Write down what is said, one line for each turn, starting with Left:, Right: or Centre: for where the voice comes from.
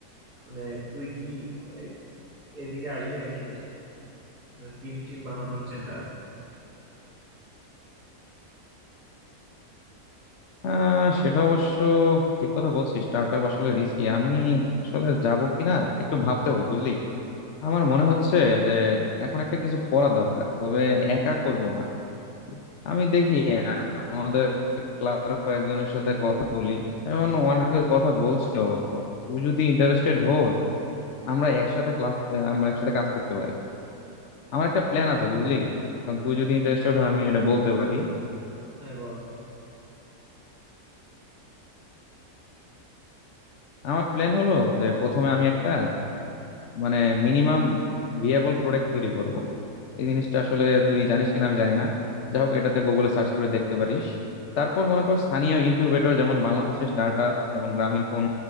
Right: মানে তুই কি আহ, এদিকে আসবি নাকি রে মানে টিম টিম বানানোর <laughs> চিন্তা আছে
Left: আহ সেটা অবশ্য ঠিক কথা বলছিস স্টার্টআপ আসলে রিস্কি আমি আসলে যাব কিনা একটু ভাবতে হবে বুঝলি আমার মনে হচ্ছে যে এখন একটা কিছু করা দরকার তবে একা করব না আমি দেখি আমাদের ক্লাসের কয়েকজনের সাথে কথা বলি এখন অনেকের কথা বলছি অবশ্য তুই যদি ইন্টারেস্টেড হোস আমরা একসাথে ক্লাস আমরা একসাথে কাজ করতে পারি আমার একটা প্ল্যান আছে বুঝলি কারণ তুই যদি ইন্টারেস্টেড হয় আমি এটা বলতে পারি
Right: হ্যাঁ বল বল
Left: আমার প্ল্যান হলো যে প্রথমে আমি একটা মানে মিনিমাম ভিএবল প্রোডাক্ট তৈরি করব এই জিনিসটা আসলে তুই জানিস কিনা আমি জানি না যাই হোক এটাতে গুগলে সার্চ করে দেখতে পারিস তারপর মনে কর স্থানীয় ইনকিউবেটর যেমন বাংলাদেশের স্টার্ট আপ যেমন গ্রামীণ ফোন